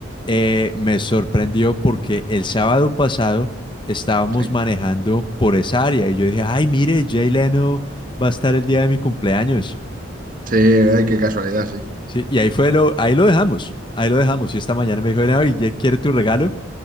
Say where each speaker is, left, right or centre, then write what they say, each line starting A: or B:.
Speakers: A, on the left; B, on the right.
A: eh, me sorprendió porque el sábado pasado estábamos
B: sí.
A: manejando por esa área y yo dije, ay, mire, Jay Leno va a estar el día de mi cumpleaños.
B: Sí, ay, qué casualidad, sí.
A: Sí, y ahí fue lo, ahí lo dejamos, ahí lo dejamos. Y esta mañana me dijo, ay, ¿ya quiere tu regalo?